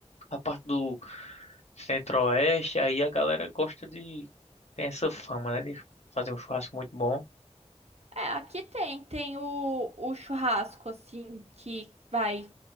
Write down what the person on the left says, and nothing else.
a parte do Centro-Oeste, aí a galera gosta de tem essa fama, né? De fazer um churrasco muito bom.